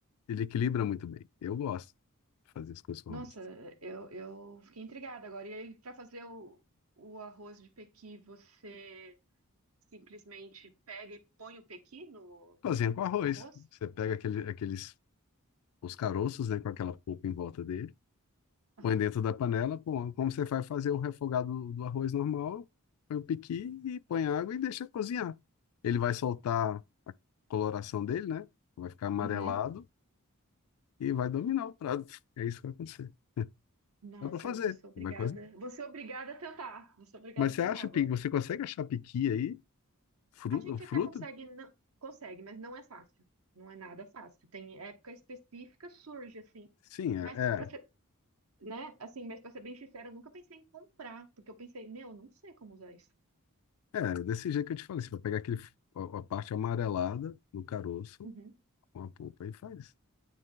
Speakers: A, on the left; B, on the right.
A: Ele equilibra muito bem. Eu gosto de fazer as coisas com
B: Nossa,
A: arroz.
B: eu, eu fiquei intrigada agora. E aí, para fazer o, o arroz de pequi, você simplesmente pega e põe o pequi no,
A: Cozinha com arroz.
B: no arroz?
A: Você pega aquele, aqueles, os caroços, né, com aquela polpa em volta dele,
B: Aham.
A: põe dentro da panela, pô, como você vai fazer o refogado do arroz normal, põe o piqui e põe água e deixa cozinhar. Ele vai soltar a coloração dele, né? Vai ficar amarelado
B: Uhum.
A: e vai dominar o prato. <laughs> É isso que vai acontecer.
B: Nossa,
A: Dá para fazer,
B: eu vou ser obrigada.
A: vai cozinhar.
B: Vou ser obrigada a tentar. Vou ser obrigada
A: Mas
B: a
A: você
B: tentar
A: acha,
B: agora.
A: pi- você consegue achar piqui aí? Fruta,
B: A gente
A: fruta?
B: até consegue, não, consegue, mas não é fácil. Não é nada fácil. Tem época específica, surge assim.
A: Sim, é,
B: Mas
A: é
B: para ser, né? Assim, mas para ser bem sincera, eu nunca pensei em comprar, porque eu pensei, meu, eu não sei como usar isso.
A: É, desse jeito que eu te falei, você vai pegar aquele, a, a parte amarelada do caroço
B: Uhum.
A: com a polpa e faz.